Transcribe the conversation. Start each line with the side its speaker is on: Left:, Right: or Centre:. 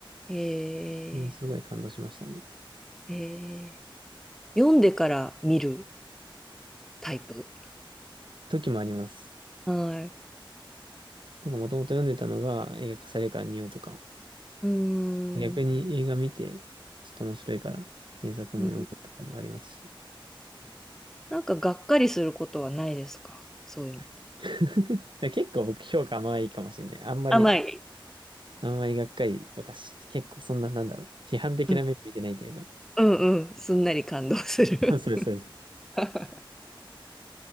Centre: え
Right: でもすごい感動しましたね。
Centre: ー、えー、読んでから見るタイプ。
Right: 時もあります。
Centre: はい。
Right: だからもともと読んでたのが映画化されるから見ようとか、
Centre: うー
Right: 逆に映画見て、
Centre: ん。
Right: ちょっと面白いから原作も読むとかもありますし。
Centre: うんなんかがっかりすることはないですかそういうのって。
Right: <laughs> だから結構僕評価甘いかもしれない。あんまり、
Centre: 甘い。
Right: あんまりがっかりとかし、結構そんな、なんだろう。批判的な目で見てないというか。
Centre: うんうんうん。すんなり感動する。
Right: <laughs> そうです、そうです。
Centre: <laughs>